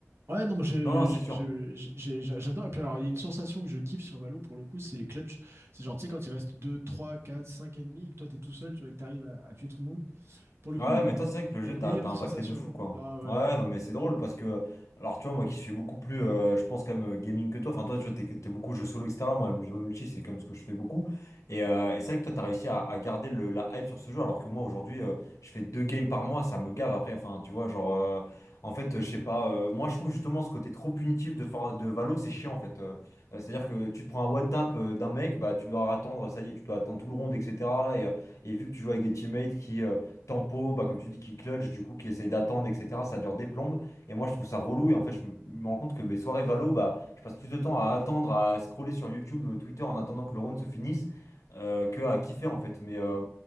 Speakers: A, on the right; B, on the left.
A: ouais, non, moi, je-
B: Non, non, c'est sûr.
A: je- je- j'ai- j'a- j'adore. Et puis, alors, il y a une sensation que je kiffe sur Valo pour le coup, c'est les clutches. C'est genre, tu sais, quand il reste 2, 3, 4, 5 ennemis et que toi, t'es tout seul, tu vois, et que t'arrives à, à tuer tout le monde. Pour le coup,
B: Ouais, mais toi, c'est vrai que le
A: c'est
B: jeu
A: la meilleure
B: t'a t'a impacté
A: sensation.
B: de fou, quoi.
A: Ah ouais,
B: Ouais,
A: ouais.
B: non, mais c'est drôle parce que, alors, tu vois, moi qui suis beaucoup plus, euh, je pense, quand même, euh, gaming que toi. Enfin, toi, tu vois, t'es, t'es beaucoup jeu solo, etc. Moi, le jeu multi, c'est comme ce que je fais beaucoup. Et, euh, et c'est vrai que toi, t'as réussi à, à garder le- la hype sur ce jeu, alors que moi, aujourd'hui, euh, je fais deux games par mois, ça me gave après. Enfin, tu vois, genre, euh, en fait, je sais pas, euh, moi, je trouve justement ce côté trop punitif de, For- de Valo, c'est chiant, en fait. Euh, euh, c'est-à-dire que tu te prends un one-tap d'un mec, bah, tu dois attendre, ça y est, tu dois attendre tout le round, etc. Et, euh, et vu que tu joues avec des teammates qui. euh, tempo, bah, comme tu dis, qui clutch, du coup, qui essaye d'attendre, etc. Ça dure des plombes. Et moi, je trouve ça relou. Et en fait, je me me rends compte que mes soirées valo, bah, je passe plus de temps à attendre, à scroller sur YouTube, euh, Twitter en attendant que le round se finisse, euh, que à kiffer, en fait. Mais, euh,